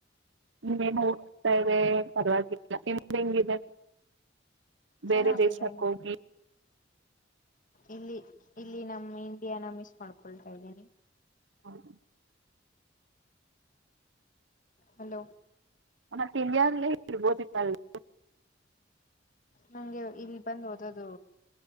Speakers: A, on the right (about 75°); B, on the left (about 45°).
A: <unintelligible> ಹೋಗ್ತಾ ಇದೆ ಪರವಾಗಿಲ್ಲ ನಿಮ್ದ ಹೆಂಗಿದೆ
B: ಚೆನ್ನಾಗಿದೆ
A: ಬೇರೆ ದೇಶಕ್ಕೆ ಹೋಗಿ
B: ಇಲ್ಲಿ ಇಲ್ಲಿ ನಮ್ ಇಂಡಿಯಾನ ಮಿಸ್ ಮಾಡ್ಕೊಳ್ತಾ ಇದೀನಿ
A: ಹ್ಮ್
B: ಹಲೋ
A: <unintelligible>
B: ನಂಗೆ ಇಲ್ಲಿ ಬಂದ ಓದದು